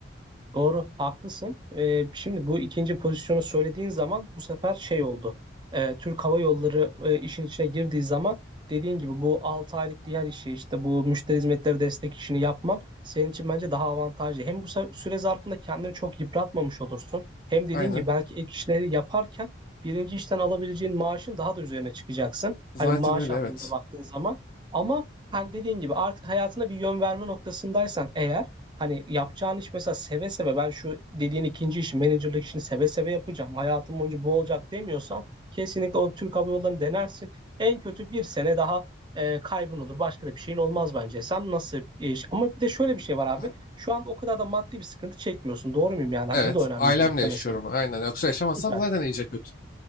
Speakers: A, on the right; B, on the left.
A: Doğru, haklısın. Ee, şimdi bu ikinci pozisyonu söylediğin zaman bu sefer şey oldu. Ee, Türk Hava Yolları e, işin içine girdiği zaman dediğin gibi bu 6 aylık diğer işi işte bu müşteri hizmetleri destek işini yapman senin için bence daha avantajlı. Hem bu se- süre zarfında kendini çok yıpratmamış olursun. Hem dediğin
B: Aynen.
A: gibi belki ek işleri yaparken birinci işten alabileceğin maaşın daha da üzerine çıkacaksın. Hani
B: Zaten
A: maaş
B: öyle
A: anlamında
B: evet.
A: baktığın zaman. Ama hani dediğin gibi artık hayatına bir yön verme noktasındaysan eğer Hani yapacağın iş mesela seve seve ben şu dediğin ikinci işi menajerlik işini seve seve yapacağım. Hayatım boyunca bu olacak demiyorsan kesinlikle o Türk Hava Yolları'nı denersin. En kötü bir sene daha e, kaybın olur. Başka da bir şeyin olmaz bence. Sen nasıl bir iş? Ama bir de şöyle bir şey var abi.
B: Ha,
A: Şu anda o kadar da maddi bir sıkıntı çekmiyorsun. Doğru muyum yani?
B: Evet
A: Hani bu da önemli
B: ailemle
A: bir nokta
B: yaşıyorum
A: mesela.
B: aynen. Yoksa yaşamasam
A: Süper.
B: zaten iyice kötü.